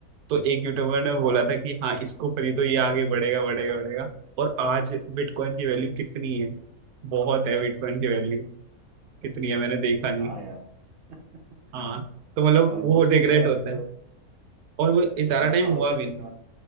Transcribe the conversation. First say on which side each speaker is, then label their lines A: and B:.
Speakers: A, on the right; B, on the right.
A: तो एक यूट्यूबर ने
B: हाँ
A: बोला था कि हाँ इसको खरीदो ये आगे बढ़ेगा बढ़ेगा बढ़ेगा और आज बिटकॉइन की वैल्यू कितनी है बहुत है बिटकॉइन की वैल्यू कितनी है मैंने देखा नहीं
B: हाँ यार <laughs>
A: हाँ तो मतलब
B: ऑलमोस्ट
A: वो रिग्रेट
B: शायद
A: होता है और वो ये सारा
B: हाँ
A: टाइम
B: थाउजेंड
A: हुआ भी नहीं